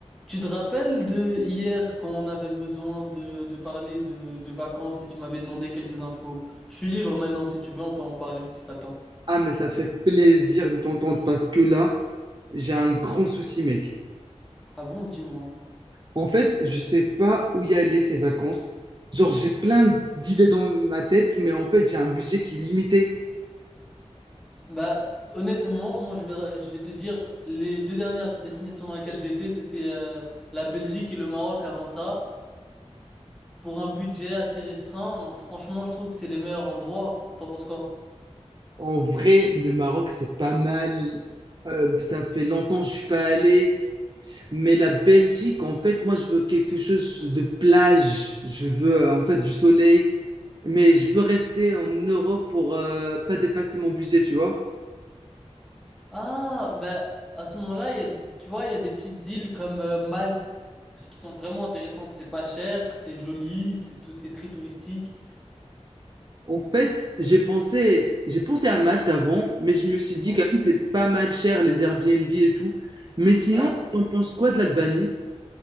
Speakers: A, in the centre; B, on the right.
A: Tu te rappelles de hier quand on avait besoin de, de parler de, de vacances et tu m'avais demandé quelques infos? Je suis libre maintenant, si tu veux, on peut en parler, si t'as le temps.
B: Ah, mais ça fait plaisir de t'entendre parce que là, j'ai un grand souci, mec.
A: Ah bon, dis-moi.
B: En fait, je sais pas où y aller ces vacances. Genre, j'ai plein d'idées dans ma tête, mais en fait, j'ai un budget qui est limité.
A: Bah, honnêtement, moi je vais, je vais te dire, les deux dernières destinations dans lesquelles j'ai été, c'était euh, la Belgique et le Maroc avant ça. Pour un budget assez restreint, franchement, je trouve que c'est les meilleurs endroits. T'en penses quoi?
B: En vrai, le Maroc, c'est pas mal. Euh, ça fait longtemps que je suis pas allé. Mais la Belgique, en fait, moi, je veux quelque chose de plage. Je veux, euh, en fait, du soleil. Mais je veux rester en Europe pour euh, pas dépasser mon budget, tu vois.
A: Ah, bah, à ce moment-là, il y a, tu vois, il y a des petites îles comme euh, Malte qui sont vraiment intéressantes. C'est pas cher, c'est joli, c'est tout, c'est très touristique.
B: En fait, j'ai pensé, j'ai pensé à Malte avant, mais je me suis dit
A: Hein
B: quand même c'est pas mal cher les Airbnb et tout. Mais sinon,
A: Ah,
B: on pense quoi de l'Albanie?